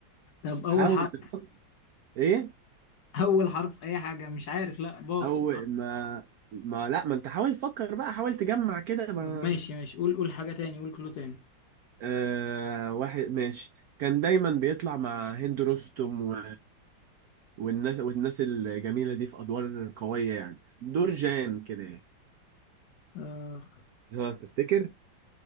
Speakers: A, on the left (about 65°); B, on the right (about 80°).
A: طب
B: حاول
A: اول حرف
B: تفكر ايه
A: اول حرف اي حاجة مش عارف لا باص
B: او ما ما لا ما انت حاول تفكر بقى حاول تجمع كده ما
A: طب ماشي ماشي قول قول حاجة تاني قول كلو تاني
B: آه واحد ماشي كان دايما بيطلع مع هند رستم و... والناس والناس الجميلة دي في أدوار قوية يعني دور جان كده يعني
A: آه
B: ها تفتكر